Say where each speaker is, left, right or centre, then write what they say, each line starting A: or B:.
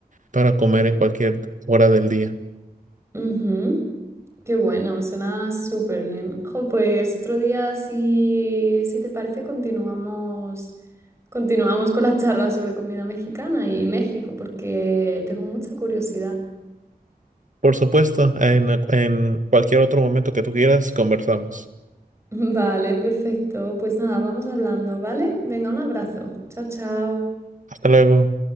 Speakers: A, on the right; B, on the right.
A: para comer en cualquier hora del día.
B: Ujú. Qué bueno, suena súper bien. Jo, pues otro día, si, si te parece, continuamos, continuamos con la charla sobre comida mexicana y México, porque tengo mucha curiosidad.
A: Por supuesto, en en cualquier otro momento que tú quieras, conversamos.
B: <laughs> Vale, perfecto. Pues nada, vamos hablando, ¿vale? Venga, un abrazo. Chao, chao.
A: Hasta luego.